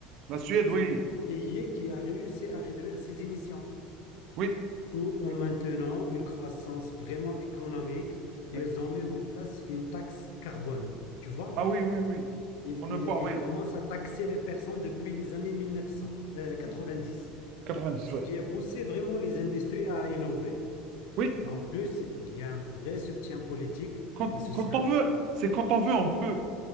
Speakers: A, on the right (about 60°); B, on the left (about 75°).
A: La Suède,
B: C'est
A: oui,
B: un pays qui a réussi à réduire ses émissions,
A: oui,
B: tout en
A: oui,
B: maintenant une croissance vraiment économique. Et
A: oui.
B: ils ont mis en place une taxe carbone. Tu vois,
A: Ah oui, oui, oui.
B: ils
A: On ne
B: il,
A: peut,
B: il il
A: oui.
B: à taxer les personnes depuis les années 1990,
A: Ouh, dix
B: ce
A: oui.
B: qui a poussé vraiment les industries à innover.
A: Oui,
B: En plus, il y a un vrai soutien politique
A: quand,
B: et social,
A: quand on veut, c'est quand on veut, on peut.